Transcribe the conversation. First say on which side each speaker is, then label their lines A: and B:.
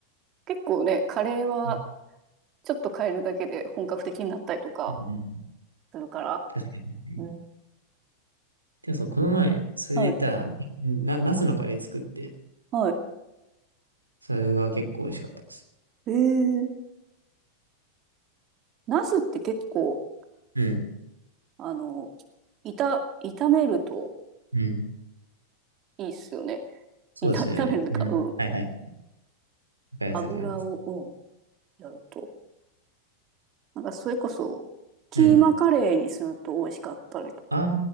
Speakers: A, on the right; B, on the right.
A: 結構ね、カレーは
B: うん。
A: ちょっと変えるだけで本格的になったりとか
B: うんうん
A: するから。
B: 確かに。
A: うん。
B: でもそう、この前、それで言ったら、
A: はい。
B: な、ナスのカレー作って、
A: はい。
B: それが結構美味しかったです。
A: えー、ナスって結構、
B: うん。
A: あの、炒、炒めると
B: うん。
A: いいっすよね。
B: そうですよね。
A: 炒、<laughs> 炒めるのか、
B: うん。
A: うん。
B: はいはい。わかります、
A: 油を、
B: わかります。
A: うん、やると。なんかそれこそ、キーマカレーにすると美味しかったりとか。
B: うん。あ